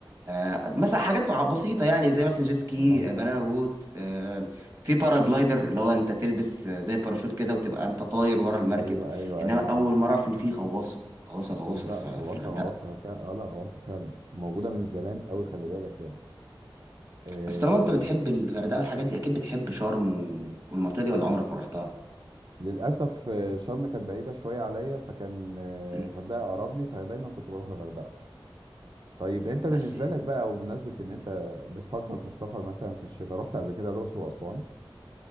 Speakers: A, on the right; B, on the right.
A: آه، مثلا حاجات مع- بسيطة يعني زي مثلا جيت سكي
B: اه
A: آه، بنانا بوت آه، في باراجلايدر اللي هو انت تلبس آه، زي باراشوت كده وتبقى انت طاير ورا المركب
B: ايوه ايوه
A: انما
B: ايوه
A: اول
B: ايوه
A: مرة اعرف ان في غواصة غواصة غواصة
B: لا
A: في
B: غواصه
A: في الغردقة
B: غواصه كان اه لا غواصه فعلا موجوده من زمان قوي خلي بالك يعني آه،
A: بس طالما انت بتحب الغردقة والحاجات دي اكيد بتحب شرم و- والمنطقة دي ولا عمرك ما رحتها
B: للاسف آه، شرم كانت بعيده شويه عليا فكان آه،
A: مم.
B: الغردقه اقرب لي فدايما كنت بروح الغردقه طيب انت
A: بس
B: بالنسبه لك بقى وبمناسبه ان انت بتفكر في السفر مثلا في الشتاء رحت قبل كده الاقصر واسوان